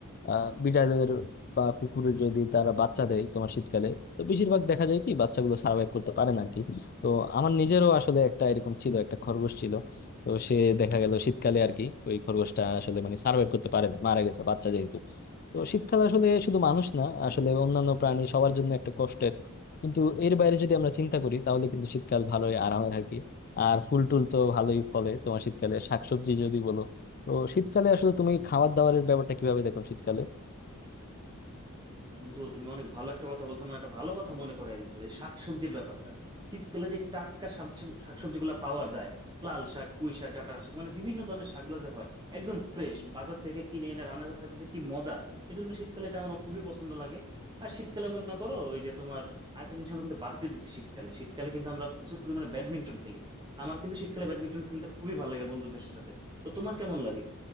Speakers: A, on the left; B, on the right.
A: আহ বিড়ালের বা কুকুরের যদি তারা বাচ্চা দেয় তোমার শীতকালে তো বেশিরভাগ দেখা যায় কি বাচ্চাগুলো সার্ভাইভ করতে পারে না আর কি তো আমার নিজেরও আসলে একটা এরকম ছিল একটা খরগোশ ছিল তো সে দেখা গেল শীতকালে আর কি ওই খরগোশটা আসলে মানে সার্ভাইভ করতে পারে না মারা গেছে বাচ্চা যেহেতু তো শীতকাল আসলে শুধু মানুষ না আসলে অন্যান্য প্রাণী সবার জন্য একটা কষ্টের কিন্তু এর বাইরে যদি আমরা চিন্তা করি তাহলে কিন্তু শীতকাল ভালোই আরামের আর কি আর ফুল টুল তো ভালোই ফলে তোমার শীতকালে শাকসবজি যদি বলো তো শীতকালে আসলে তুমি খাবার দাবারের ব্যাপারটা কিভাবে দেখো শীতকালে
B: বন্ধু তুমি অনেক ভালো একটা কথা বলছো মানে একটা ভালো কথা মনে করাই দিছো এই শাকসবজির ব্যাপারটা শীতকালে যে টাটকা শাকসবজি গুলা পাওয়া যায় লাল শাক পুঁই শাক ডাঁটা শাক মানে বিভিন্ন ধরনের শাকগুলো যে হয় একদম ফ্রেশ বাজার থেকে কিনে এনে রান্না করে খেতে যে কি মজা এই জন্য শীতকালে এটা আমার খুবই পছন্দ লাগে আর শীতকালে মনে করো ওই যে তোমার আরেকটা জিনিস আমরা কিন্তু বাদ দিয়ে দিচ্ছি শীতকালে শীতকালে কিন্তু আমরা প্রচুর পরিমাণে ব্যাডমিন্টন খেলি আমার কিন্তু শীতকালে ব্যাডমিন্টন খেলতে খুবই ভালো লাগে বন্ধুদের সাথে তো তোমার কেমন লাগে